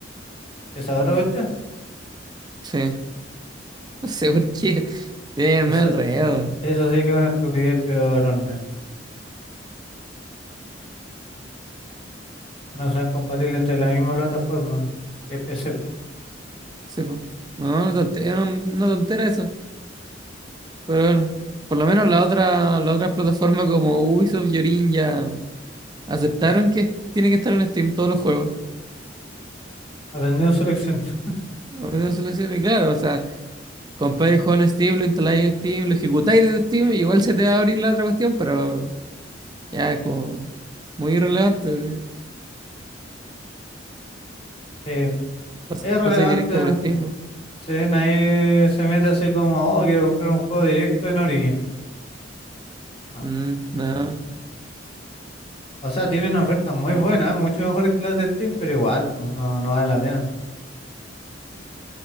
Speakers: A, on the left (about 30°); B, on the right (about 20°).
A: Esa es otra cuestión.
B: Sí, no sé por qué. Sí,
A: Eso,
B: me enredo.
A: eso sí que es una estupidez, pero enorme. Que no sean compatibles entre la misma plataforma que PC. po.
B: Sí, po. No, una tonte- es una, una tontera eso. Pero bueno, por lo menos la otra, la otra plataforma como Ubisoft y Origin ya aceptaron que tiene que estar en Steam todos los juegos.
A: Aprendiendo su lección. <laughs>
B: A veces solución, y claro, o sea, compráis el juego en Steam, lo instaláis en Steam, lo ejecutáis en Steam, igual se te va a abrir la otra cuestión, pero ya es como muy irrelevante.
A: Sí,
B: Pas-
A: es relevante.
B: pasáis directo por Steam, ¿no?
A: Sí, nadie se mete así como, oh, quiero comprar un juego directo en Origin. No.
B: Mm, no.
A: O sea, tienen ofertas muy buenas, mucho mejores que las de Steam, pero igual, pues no, no vale la pena.